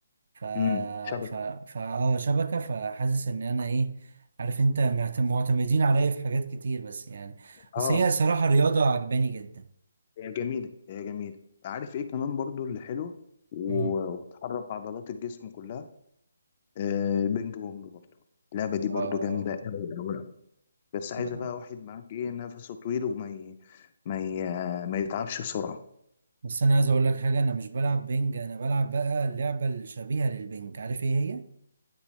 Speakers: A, on the right; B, on the left.
A: ف
B: امم شبكة
A: ف ف اه شبكة فحاسس إن أنا إيه عارف أنت معت- معتمدين عليا في حاجات كتير بس يعني
B: اه
A: بس هي صراحة رياضة عجباني جدا
B: هي جميلة هي جميلة عارف إيه كمان برضو اللي حلو و-
A: امم
B: وبتحرك عضلات الجسم كلها آه البينج بونج برضو اللعبة دي برضو
A: اه
B: جامدة أوي أوي بس عايزه
A: آه.
B: بقى واحد معاك ايه نفسه طويل وما ي... ما ي... ما يتعبش بسرعه
A: بس انا عايز اقول لك حاجه انا مش بلعب بينج انا بلعب بقى اللعبه الشبيهه للبينج عارف ايه هي